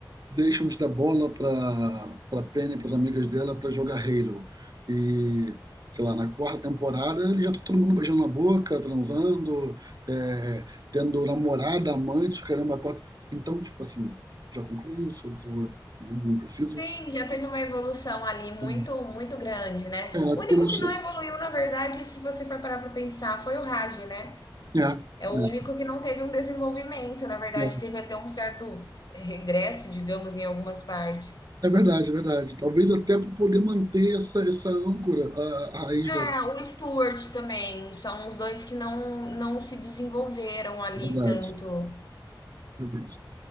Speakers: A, on the right; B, on the left.
A: deixam de dar bola para para Penny, para as amigas dela, para jogar Halo. E, sei lá, na quarta temporada, ele já tá todo mundo beijando na boca, transando, é, tendo namorada, amante, caramba, quatro Então, tipo assim, já concluiu o seu desenvolvimento, né? Não preciso.
B: Sim, já teve uma evolução ali muito,
A: É,
B: muito grande, né?
A: é,
B: O único
A: começou,
B: que não evoluiu, na verdade, se você for parar para pensar, foi o Raj, né?
A: É, é,
B: É o único que não teve um desenvolvimento, na verdade,
A: é,
B: teve até um certo regresso, digamos, em algumas partes.
A: é verdade, é verdade. Talvez até para poder manter essa, essa âncora, a, a raiz
B: É,
A: da
B: o Stuart também. São os dois que não, não se desenvolveram ali
A: É verdade.
B: tanto
A: é verdade.